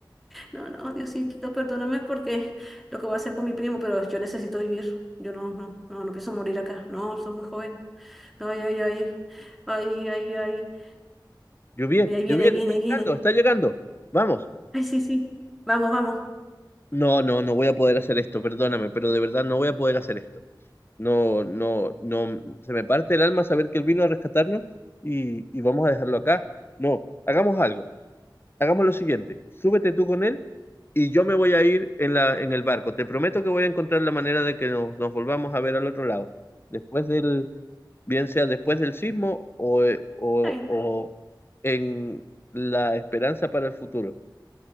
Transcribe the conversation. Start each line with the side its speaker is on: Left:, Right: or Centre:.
Centre: No, no, Diosito, perdóname porque lo que voy a hacer con mi primo, pero yo necesito vivir. Yo no, no, no, no pienso morir acá. No, soy muy joven. Ay, ay, ay. Ay, ay, ay.
Left: Juviet,
Centre: Mira, ahí viene,
Left: Juviet,
Centre: ahí viene,
Left: está llegando,
Centre: ahí viene.
Left: está llegando. Vamos.
Centre: Ay, sí, sí. Vamos, vamos.
Left: No, no, no voy a poder hacer esto, perdóname, pero de verdad no voy a poder hacer esto. No, no, no, se me parte el alma saber que él vino a rescatarnos y, y vamos a dejarlo acá. No, hagamos algo. hagamos lo siguiente, súbete tú con él y yo me voy a ir en la, en el barco. Te prometo que voy a encontrar la manera de que nos, nos volvamos a ver al otro lado, después del, bien sea después del sismo o, eh, o-
Centre: Ay, no.
Left: o en la esperanza para el futuro.